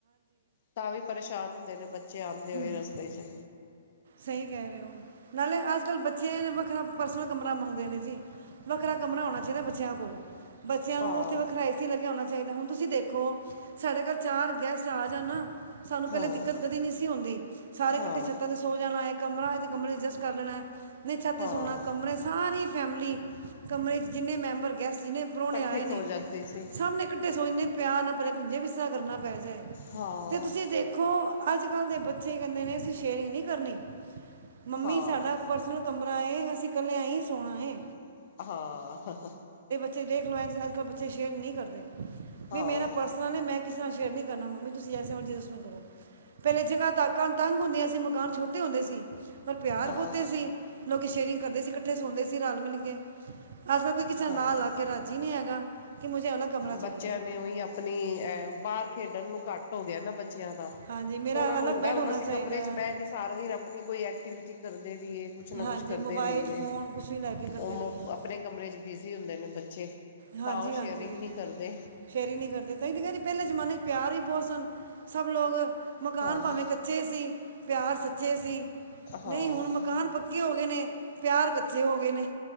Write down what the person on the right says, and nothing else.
ਹਮ
ਸਹੀ ਕਹਿ ਰਹੇ ਹੋ ਨਾਲੇ ਅੱਜ ਅਜ ਕੱਲ ਬੱਚੇ ਵੱਖਰਾ ਪਰਸਨਲ ਕਮਰਾ ਮੰਗਦੇ ਨੇ ਜੀ ਵੱਖਰਾ ਕਮਰਾ ਹੋਣਾ ਚਾਹੀਦਾ ਬੱਚਿਆਂ ਕੋਲ। ਬੱਚਿਆਂ
ਨੂੰ ਉੱਥੇ ਵੱਖਰਾਏਸ ਲੱਗਿਆ ਆਉਣਾ ਚਾਹੀਦਾ ਹੁਣ ਤੁਸੀਂ ਦੇਖੋ ਸਾਡੇ ਘਰ ਚਾਰ ਗੈਸਟ ਆ ਜਾਣ ਨਾ। ਸਾਨੂੰ ਪਹਿਲੇ
ਦਿੱਕਤ ਕਦੀ ਨਹੀਂ ਸੀ ਹੁੰਦੀ ਸਾਰੇ
ਇਕੱਠੇ ਛੱਤਾਂ ਤੇ ਸੋ ਜਾਣ। ਕ ਕਮ ਅਡਜਸਟ ਕਰ ਲੈਣਾ ਨਹੀਂ ਛਤੇ
ਸ ਕਮਰੇ ਸਾਰੀ ਫੈਮਲੀ ਕਮਰੇ 'ਚ ਜਿੰਨੇ ਮੈਂਬਰ ਗੈਸਟ ਜਿੰਨੇ ਪਰੌਣੇ
ਆਏ
ਨੇ
ਸਾਹਮਣੇ ਕੱਠੇ ਸੋਚੇ ਪਿਆਰ ਨਾ ਭ ਪੁੰਜੇ ਵੀ ਕਰਨਾ ਪੈ ਜਾਏ
ਤੇ ਤੁਸੀਂ ਦੇਖੋ ਅੱਜ ਅੱਜ ਕੱਲ ਦੇ ਬੱਚੇ ਕਹਿੰਦੇ ਨੇ ਮੰਮੀ ਅਸੀਂ ਸ਼ਏਯਰਿੰਗ ਨੀ ਕਰਨੀ ਮੰਮੀ
ਸਾਡਾ ਪਰਸਨਲ ਕਮ ਮਰਾ ਹੈ ਅਸੀਂ ਕੱਲਿਆਂ ਹੀ ਸੋਣਾ ਹੈ
ਬ ਦੇਖ ਲ ਬੱਚੇ ਸ਼ੇਰ ਨਹੀਂ ਕਰਦੇ
ਮਰਾ ਪਰਸਨਲ ਹੈ ਮੈਂ ਕਿਸੇ ਨਾਲ ਸ਼ੇਅਰ ਨਹੀਂ ਕਰਨਾ ਮੰਮੀ ਤੁਸੀਂ ਐਸੇ ਮਰਜ਼ੀ ਦੱਸ ਕਰੋ ਪਹਿਲੇ ਜਗ੍ਹਾ ਤਾਕਾਂ ਤੰਗ ਹੁੰਦੀਆਂ ਸੀ ਮਕਾਨ ਛੋਟੇ ਹੁੰਦੇ ਸੀ ਪਰ ਪਿਆਰ
ਬਹੁਤੇ ਸੀ ਲੋਕ ਸ਼ੇਅਰਿੰਗ ਕਰਦੇ ਸੀ ਇਕੱਠੇ ਸੌਦੇ ਸੀ ਰਲ ਮਿਲ ਕੇ ਅਸ ਤਾਂ ਕੋਈ ਕਿਸੇ
ਨਾਂ ਲਾ ਕੇ ਰਾਜੀੀ ਨਹੀਂ ਹੈਗਾ ਕਿ ਮੁਝੇ ਅਲੱਗ ਕਮਰਾ ਚਾਹੀਏ
ਜੀ
ਹਾਂਜੀ ਮੇਰਾ
ਅਲੱਗ
ਬੈੱਡ
ਹੋਣਾ
ਚਾਹੀਦਾ
ਹੈ
ਹਾਂਜੀ
ਮੋਬਾਈਲ
ਫੋਨ ਕੁਛ ਵੀ ਲੈ ਕੇ ਕਰਦੇ
ਰਹੀਏ
ਹਾਂਜੀ
ਹਾਂਜੀ
ਸ਼ੇਰੀ ਨੀ ਕਰਦੇ ਕ ਕਹਿੀ ਪਹਿਲੇ ਜ਼ਮਾਨੇ ਚ ਪਿਆਰ ਹੀ ਬਹੁਤ ਸਨ ਸਭ ਲੋਕ ਮਕਾਨ
ਭਾਵੇਂ ਕੱਚੇ ਸੀ ਪਿਆਰ ਸੱਚੇ ਸੀ
ਨਹੀਂ ਹੁਣ ਮਕਾਨ ਪੱਕੇ ਹੋ ਗਏ ਨੇ ਪਿਆਰ ਕੱਚੇ ਹੋ ਗਏ ਨੇ